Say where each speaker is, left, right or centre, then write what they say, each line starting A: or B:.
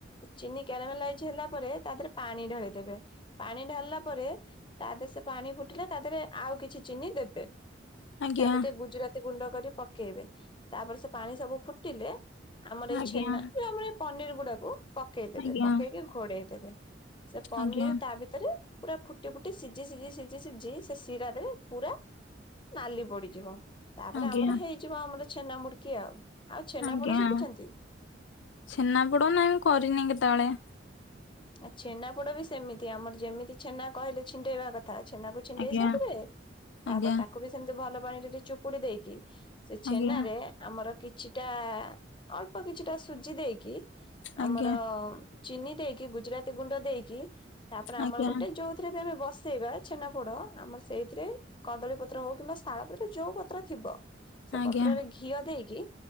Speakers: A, on the left (about 25°); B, on the left (about 75°).
A: ଚିନି କ୍ୟାରାମାଲାଇଜ୍ ହେଲା ପରେ ତା ଦେହରେ ପାଣି ଢା଼ଳିଦେବେ। ପାଣି ଢା଼ଲିଲା ପରେ ତା ଦେହେ ସେ ପାଣି ଫୁଟିଲା ତା ଦେହରେ ଆଉ କିଛି ଚିନି ଦେବେ।
B: ଆଜ୍ଞା
A: ତା ଦେ ରେ ଟିକେ ଗୁଜୁରାତି ଗୁଣ୍ଡ କରି ପକେଇବେ ତାପରେ ସେ ପାଣି ସବୁ ଫୁଟିଲେ ଆମର
B: ଆଜ୍ଞା
A: ଏଇ ଛେନା ଯୋଉ ଆମର ଏଇ ପନିରି ଗୁଡା଼କୁ ପକେଇଦବେ
B: ଆଜ୍ଞା
A: ପକେଇକି ଘୋଡ଼େଇ ଦେବେ। ସେ ପନିରି
B: ଆଜ୍ଞା ଆଜ୍ଞା
A: ତା ଭିତରେ ପୁରା ଫୁଟି ଫୁଟି ସିଝି ସିଝି ସିଝି ସିଝି ସେ ସିରାରେ ପୁରା ନାଲି ପଡି଼ଯିବ ତାପରେ
B: ଆଜ୍ଞା
A: ଆମର ହେଇଯିବ ଆମର ଛେନା ମୁୁଡି଼କି ଆଉ। ଆଉ ଛେନାପୋଡ
B: ଆଜ୍ଞା
A: ଶିଖିଛନ୍ତି?
B: ଛେନାପୋଡ଼ ନାଇଁ ମୁଁ କରିନି କେତେବେଳେ।
A: ଆ ଛେନା ପୋଡ଼ ବି ସେମିତି ଆମର ଯେମିତି ଛେନା କହିଲେ ଛିଣ୍ଡେଇବା କଥା ଛେନାକୁ ଛିଣ୍ଡେଇ
B: ଆଜ୍ଞା
A: ସାରିବେ ତାପରେ
B: ଆଜ୍ଞା
A: ତାକୁ ବି ସେମିତି ଭଲ ପାଣିରେ ଟିକେ ଚୁପୁଡି଼ ଦେଇକି ସେ ଛେନାରେ
B: ଆଜ୍ଞା
A: ଆମର କିଛିଟା ଅଳ୍ପ କିଛିଟା ସୁଜି ଦେଇକି ଆମର
B: ଆଜ୍ଞା
A: ଚିନି ଦେଇକି ଗୁଜୁରାତି ଗୁଣ୍ଡ ଦେଇକି ତାପରେ
B: ଆଜ୍ଞା
A: ଆମର ଗୋଟେ ଯୋଉଥିରେ ବି ଆମେ ବସେଇବା। ଛେନାପୋଡ଼ ଆମର ସେଇଥିରେ କଦଳୀ ପତ୍ର ହଉ କିମ୍ବା ଶାଳ ପତ୍ର ଯୋଉ ପତ୍ର ଥିବ। ସେଇ
B: ଆଜ୍ଞା
A: ପତ୍ରରେ ଘିଅ ଦେଇକି